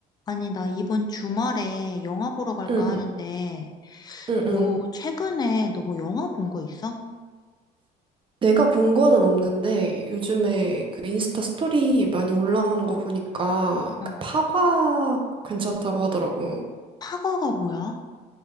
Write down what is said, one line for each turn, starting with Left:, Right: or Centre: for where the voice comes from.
Left: 아니, 나 이번 주말에 영화 보러 갈까
Right: 응,
Left: 하는데,
Right: 응, 응.
Left: 요, 최근에 너 뭐 영화 본 거 있어?
Right: 내가 본 거는 없는데 요즘에 그 인스타 스토리 많이 올라오는 거 보니까
Left: 응.
Right: 그 파과 괜찮다고 하더라고.
Left: 파거가 뭐야?